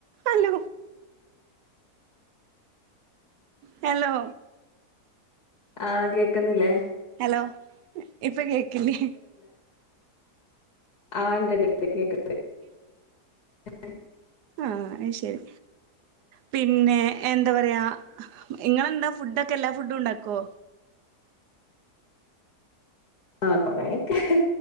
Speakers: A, on the right; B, on the left.
A: അല്ല ഹലോ
B: ആഹ് കേക്കുന്നില്ലേ
A: ഹലോ ഇപ്പൊ കേക്കില്ലേ
B: ആ രണ്ട്പടെ കേക്കത് അതെ
A: ആഹ അ ശരി പിന്നെ എന്താ പറയാ ഇങ്ങനെന്താ ഫുഡൊക്കെ എല്ലാ ഫുഡും ഉണ്ടാക്കുവോ
B: ആഹ കൊറെൊക്കെ